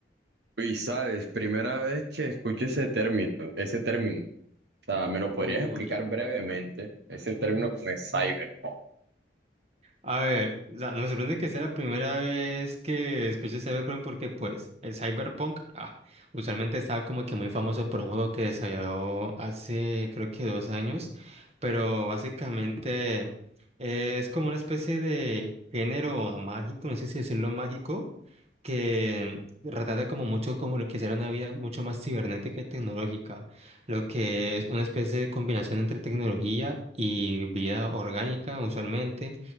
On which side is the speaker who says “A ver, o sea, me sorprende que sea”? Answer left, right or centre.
Right